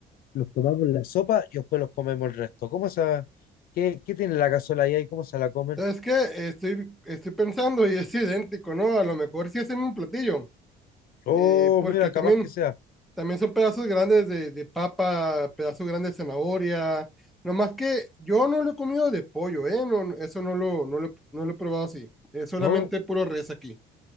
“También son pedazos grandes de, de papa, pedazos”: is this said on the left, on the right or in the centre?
Centre